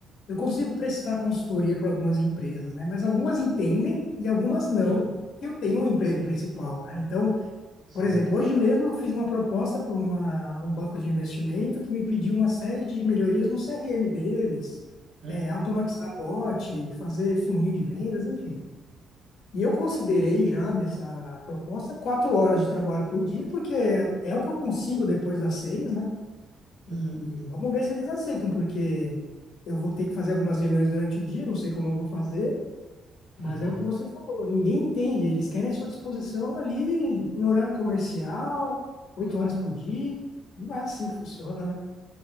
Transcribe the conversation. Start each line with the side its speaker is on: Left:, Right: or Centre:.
Left: eu consigo prestar consultoria para algumas empresas, né? Mas algumas entendem e algumas não,
Right: Uhum,
Left: que eu tenho um emprego
Right: sim,
Left: principal, né? Então,
Right: sim.
Left: Por exemplo, hoje mesmo eu fiz uma proposta para uma, um banco de investimento que me pediu uma série de melhorias no CRM deles,
Right: Uhum,
Left: é, automatizar bot, fazer funil de vendas, enfim. E eu considerei já nessa proposta quatro horas de trabalho por dia, porque é, é o que eu consigo depois das seis, né? E
Right: uhum.
Left: vamos ver se eles aceitam, porque eu vou ter que fazer algumas reuniões durante o dia, não sei como eu vou fazer, mas
Right: <laughs>
Left: é o que você falou, ninguém entende. Eles querem a sua disposição ali no horário comercial, oito horas por dia. Não é assim que funciona, né?